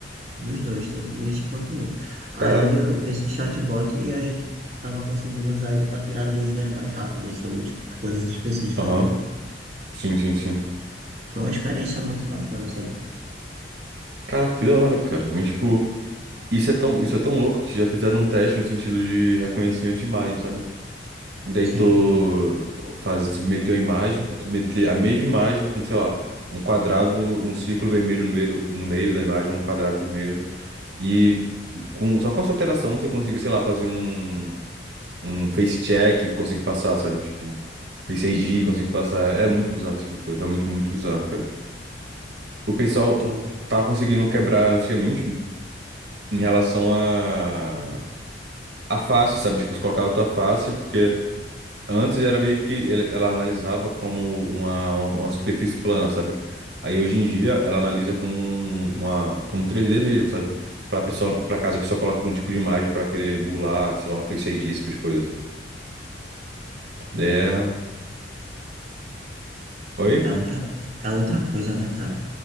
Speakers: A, on the right; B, on the right.
A: dos dois, tanto neste quanto nele. Aí
B: Caraca.
A: eu- esse chatbot a gente tava conseguindo usar ele para tirar dúvidas mais rápidas sobre as coisas específicas
B: Aham,
A: dele.
B: sim, sim, sim.
A: Foi uma experiência muito bacana, sabe?
B: Cara, que da hora, cara. Mas, tipo, isso é tão, isso é tão louco que já fizeram um teste no sentido de reconhecimento de imagem, sabe? Daí
A: Sim,
B: tu faz, submeteu a imagem, é submeter a mesma imagem com, sei lá, um quadrado, um círculo vermelho no meio, do- no meio da imagem, um quadrado vermelho. E com, só com essa alteração você consegue sei lá, fazer um. um face check e consigo passar, sabe? Tipo, Face
A: sim.
B: ID e consigo passar. É muito bizarro esse tipo de coisa, realmente muito bizarro, cara. O pessoal
A: Eu tô...
B: tava conseguindo quebrar antigamente em relação a a face, sabe? Tipo, colocar outra face, porque antes era meio que ele- ela analisava como uma, uma, uma superfície plana, sabe? Aí hoje em dia ela analisa como um- uma como 3D mesmo, sabe? Pra pessoa, pra caso a pessoa coloque algum tipo de imagem pra querer burlar, sei lá, um Face ID, esse tipo de coisa. Daí é... Oi?
A: É outra, é outra coisa, né, cara?